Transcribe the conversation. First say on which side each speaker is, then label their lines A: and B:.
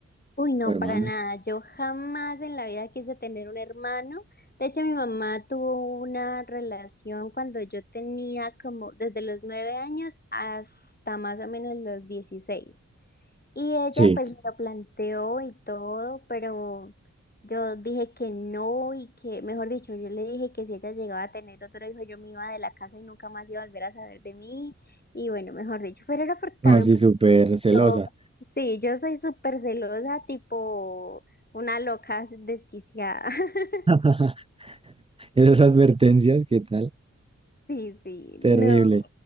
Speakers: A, on the left (about 30°); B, on the right (about 20°).
A: Uy, no,
B: o hermana?
A: para nada. Yo jamás en la vida quise tener un hermano. De hecho, mi mamá tuvo una relación cuando yo tenía como desde los nueve años hasta más o menos los 16. Y ella
B: Sí.
A: pues me lo planteó y todo, pero yo dije que no y que, mejor dicho, yo le dije que si ella llegaba a tener otro hijo, yo me iba de la casa y nunca más iba a volver a saber de mí. Y bueno, mejor dicho, pero era porque también
B: No, sí,
A: porque
B: súper celosa.
A: yo, sí, yo soy súper celosa, tipo una loca desquiciada. <laughs>
B: <laughs> Esas advertencias, ¿qué tal?
A: Sí, sí,
B: Terrible.
A: no.